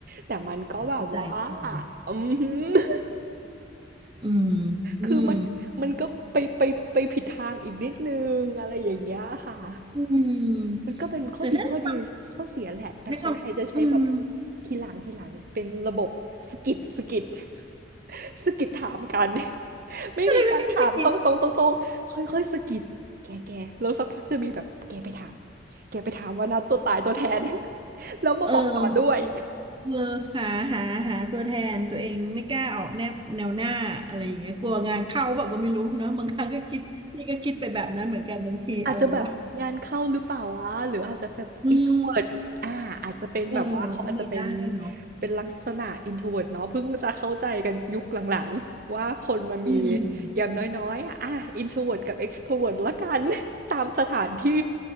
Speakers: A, on the right (about 50°); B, on the right (about 25°).
A: แต่มันก็แบบว่า
B: เข้าใจได้เลย
A: อืม <laughs>
B: อืมอืม
A: คือมันมันก็ไปไปไปผิดทางอีกนิดนึงอะไรอย่างเงี้ยค่ะ
B: อืมแต่ถ้าในความ
A: มันก็เป็นข้อดีข้อดีข้อเสียแหละแต่คนไทยจะใช้แบบ
B: ในความอืม
A: ทีหลังทีหลังเป็นระบบสกิดสกิด <laughs> สกิดถามกัน <laughs> ไม่มีการถามตรงตรงตรงตรงค่อยค่อยๆสกิดแกแกแล้วสักพักจะมีแบบแกไปถาม
B: ก็เลยแค่คิดกิน
A: แกไปถามว่านะตัวตายตัวแทน <laughs> แล้วมาบอกต่อด้วย
B: เออเออหาหาหาตัวแทนตัวเองไม่กล้าออกแนวแนวหน้าอะไรอย่างเงี้ยกลัวงานเข้าบอกก็ไม่รู้เนาะบางครั้งก็คิดนี่ก็คิดไปแบบนั้นเหมือนกันบางทีอะไรวะ
A: อาจจะแบบงานเข้าหรือเปล่าวะหรืออาจจะแบบ
B: อืม
A: introvert อ่าอาจจะเป็นแบบว่าเขาอาจจะเป็น
B: เออมันก็มีได้เนาะ
A: เป็นลักษณะ introvert เนาะเพิ่งจะเข้าใจกันยุคหลังๆว่าคนมันมี
B: อืม
A: อย่างน้อยๆอ่ะอ่ะ introvert กับ extrovert ละกัน <laughs> ตามสถานที่